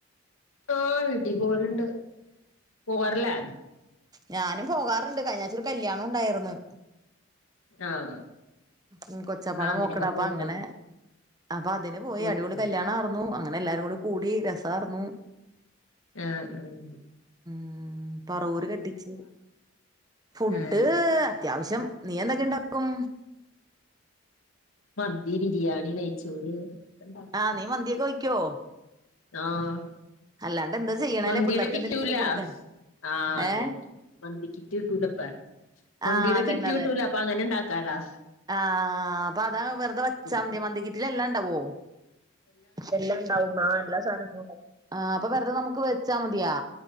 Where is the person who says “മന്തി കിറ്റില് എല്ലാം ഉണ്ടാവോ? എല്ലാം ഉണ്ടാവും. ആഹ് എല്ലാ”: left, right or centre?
Right